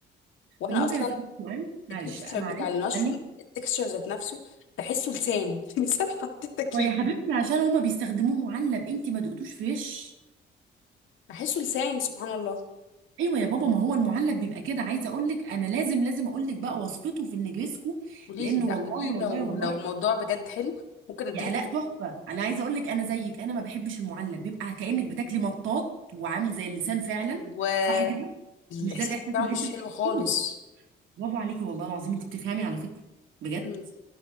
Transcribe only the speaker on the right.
طب ممكن
أسألك سؤال معلش
معلش
ثانية
هو يا حبيبتي عشان هما بيستخدموه معلب أنت ما دقتوش فريش
أيوة يا بابا ما هو المعلب بيبقى كده عايزة أقول لك أنا لازم لازم أقول لك بقى وصفته في النجريسكو
لأن
والله
والله
والله
يا الاء تحفه انا عايزه اقول لك انا زيك انا ما بحبش المعلب بيبقى كانك بتاكلي مطاط وعامل زي اللسان فعلا
صح كده
مش ده الاحساس
اللي
انت بتحسيه
برافو عليكي والله العظيم انت بتفهمي على فكره بجد